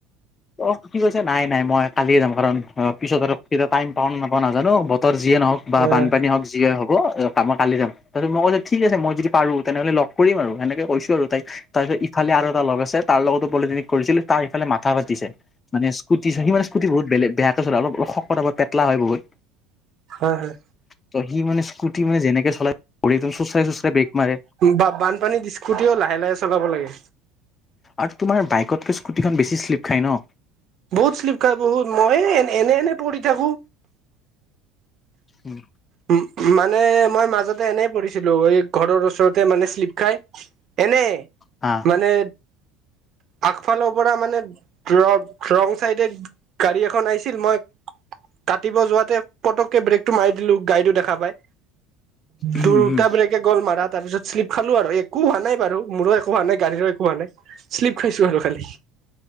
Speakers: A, on the left (about 25°); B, on the right (about 45°).
A: অঁ কি কৈছে? নাই নাই মই কালিয়ে যাম কাৰণ <unintelligible> পিছত আৰু কেতিয়া টাইম পাওঁ নাপাওঁ নাজানো, বতৰ যিয়ে নহওক বা
B: অ
A: বানপানী হওক যিয়ে হওক। <unintelligible> মই কালি যাম। তাপিছত মই কৈছো, ঠিক আছে মই যদি পাৰো তেনেহ'লে লগ কৰিম আৰু সেনেকে কৈছো আৰু তাইক। তাৰ ইফালে আৰু এটা লগ আছে, তাৰ লগতো পলিটনিক কৰিছিলো। তাৰ ইফালে মাথা ফাতিছে। মানে স্কুটি <unintelligible> সি মানে স্কুটি বহুত বেলে বেয়াকে চলাই। অলপ শকত আবত, পেতলা হয় বহুত।
B: হয় হয়
A: ত সি মানে স্কুটি মানে যেনেকে চলাই <unintelligible> চুচৰাই চুচুৰাই ব্ৰেক মাৰে।
B: বা বানপানীত স্কুটিও লাহে লাহে চলাব লাগে।
A: আৰু তোমাৰ বাইকতকে স্কুটিখন বেছি শ্লিপ খাই ন।
B: বহুত শ্লিপ খাই বহুত, মই এ এনে এনে পঢ়ি থাকো।
A: উম।
B: উম মানে মই মাজতে এনেই পৰিছিলো, এই ঘৰৰ ওচৰতে মানে শ্লিপ খাই। এনেই।
A: আ।
B: মানে আগফাল পৰা মানে ৰ ৰং চাইডে গাড়ী এখন আহিছিল, মই কাটিব যোৱাতে পতককে ব্ৰেকটো মাৰি দিলো। গাড়ীটো দেখা পায়।
A: উম
B: দুৰটা
A: হম
B: বিলাকে গ'ল মাৰা তাৰ পিছত শ্লিপ খালো আৰু। একো হোৱা নাই বাৰু। মোৰো একো হোৱা, নাই গাড়ীৰো একো হোৱা নাই। শ্লিপ খাইছো আৰু খালি।